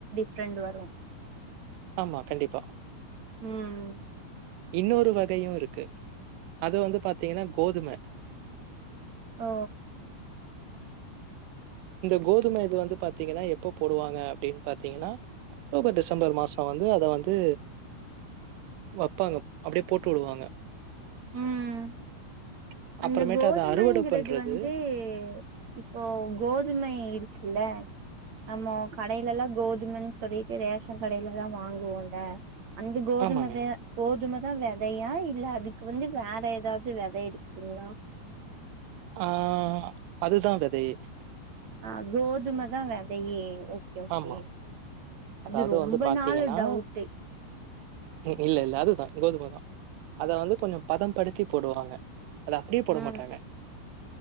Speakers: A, on the right; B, on the right.
A: ஃப்ரெண்டு வரு
B: ஆமா கண்டிப்பா
A: உம்
B: இன்னொரு வகையு இருக்கு அது வந்து பாத்தீங்கன்னா கோதும
A: ஓ
B: இந்த கோதுமை இது வந்து பாத்தீங்கன்னா எப்ப போடுவாங்க அப்டின்னு பாத்தீங்கன்னா அக்டோபர் டிசம்பர் மாசம் வந்து அத வந்து வப்பாங்க அப்டியே போட்டு விடுவாங்க
A: உம் அந்த
B: அப்புறமேட்டு
A: கோதுமைங்கிறது
B: அத அறுவடை பண்றது
A: வந்து இப்போ கோது துமை இருக்குல்ல ஆமா கடையிலெல்லா கோதும சொல்லிட்டு ரேஷன் கடையில தா வாங் குவோல அந்த கோதுமத
B: ஆமாங்க
A: கோதும தா வெதையா இல்ல அதுக்கு வந்து வேற எதாவ்து வெத இருக் ங்களா
B: ஆஹ் அதுதா வெதையே
A: ஆஹ் கோதுமைதா வெதையே ஓக் கே ஓகே
B: ஆமா
A: அது
B: அதாவது
A: ரொம்ப
B: வந்து பாத்தீங்கன்னா
A: நாள் டவுட்டு
B: இல்ல இல்ல அதுதா கோதுமை தா அத வந்து கொஞ்சோ பதம் படுத்தி போடுவாங்க அத அப்டியே போட
A: ம்
B: மாட்டாங்க